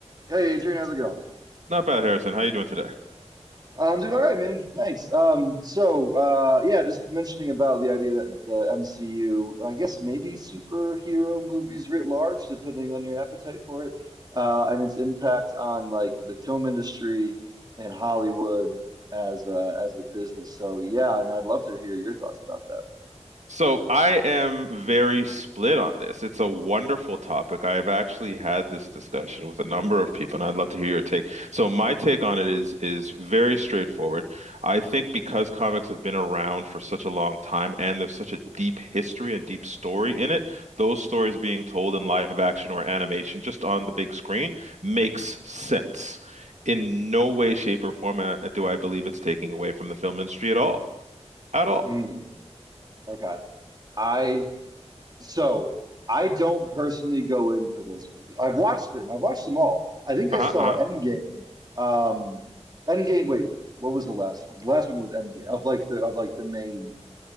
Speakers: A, on the right; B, on the right.
A: Hey Adrian, how's it going?
B: Not bad, Harrison. How you doing today?
A: I'm doing all right, man. Thanks. Um, so uh, yeah, just mentioning about the idea that the MCU, and I guess maybe superhero movies writ large, depending on your appetite for it, uh, and its impact on like the film industry and Hollywood as a, as a business. So yeah, I mean, I'd love to hear your thoughts about that.
B: So I am very split on this. It's a wonderful topic. I have actually had this discussion with a number of people, and I'd love to hear your take. So my take on it is is very straightforward. I think because comics have been around for such a long time and there's such a deep history and deep story in it, those stories being told in live action or animation just on the big screen makes sense. In no way, shape, or form uh, do I believe it's taking away from the film industry at all. At all.
A: Hmm. okay. I So I don't personally go in for those movies. I've watched them. I've watched them all. I think
B: Uh-huh,
A: I saw
B: uh-huh.
A: Endgame. Um, Endgame. Wait, what was the last one? The last one was Endgame of like the of like the main